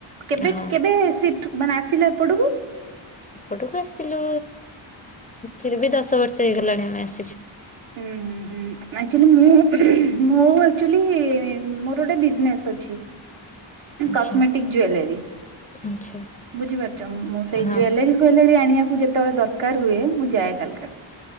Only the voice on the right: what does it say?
କେବେ
କେବେ ସିଫ୍ଟ ମାନେ ଆସିଲ ଏପଟକୁ।
ହୁଁ ହୁଁ ହୁଁ ଆଚୁଲି ମୁଁ, ମୋ ଆକ୍ଚୁଲି ମୋର ଗୋଟେ ବିଜନେସ୍ ଅଛି
କସ୍ମେଟିକ ଜୁଏଲରୀ।
ବୁଝିପାରୁଛ। ମୁଁ ସେଇ
ଜୁଏଲରୀ ଫୁଏଲରୀ ଆଣିବାକୁ ଯେତେବେଳେ ଦରକାର ହୁଏ ମୁଁ ଯାଏ। କାଲକାଟା।